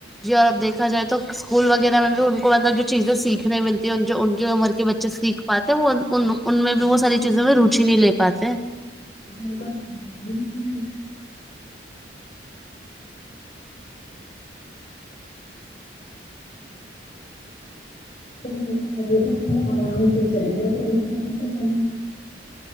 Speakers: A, in the centre; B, on the left.
A: یار دیکھا جائے تو اسکول وغیرہ میں بھی ان کو مطب جو چیزیں سیکھنے ملتی جو ان کی عمر کے بچے سیکھ پاتے ہیں وہ ان ان میں بھی وہ ساری چیزوں میں روچی نہیں لے پاتے
B: <unintelligible> <unintelligible> سائیکل ہوتا ہے وہ تو تم نے آرام سے چلے نا تو